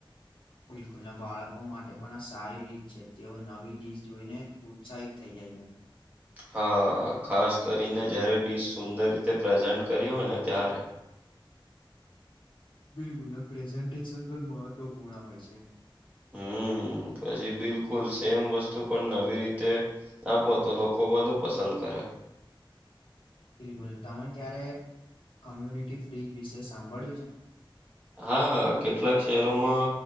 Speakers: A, on the left; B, on the right.
A: બિલકુલ ના બાળકો માટે પણ આ સારી રીત છે તેઓ નવી ડીશ જોઈને ઉત્સાહિત થઈ જાય છે.
B: હા ખાસ કરીને જયારે ડીશ સુંદર રીતે પ્રેઝન્ટ કરી હોય ને ત્યારે.
A: બિલકુલ પ્રેઝન્ટેશન પણ મહત્વપૂર્ણ હોય છે.
B: હમ પછી બિલકુલ સેમ વસ્તુ પણ નવી રીતે આપો તો ખૂબ વધુ પસંદ કરે.
A: બિલકુલ તમે ક્યારે કોમ્યુનિટી ફ્રીજ વિશે સાંભળ્યું છે!
B: હા કેટલાક શહેરોમાં